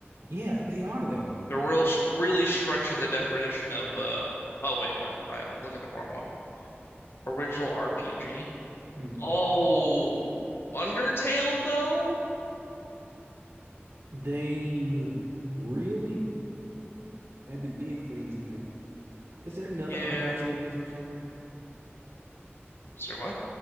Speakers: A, on the right; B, on the left.
A: Yeah, they are though.
B: They're real, really stretching the definition of uh. Oh wait, no, I'm looking at the wrong one. Original RPG.
A: hmm
B: Oh, Undertale though?
A: They really had to dig for these, didn't they? Is there another
B: Yeah.
A: RPG in this here somewhere?
B: Sorry, what?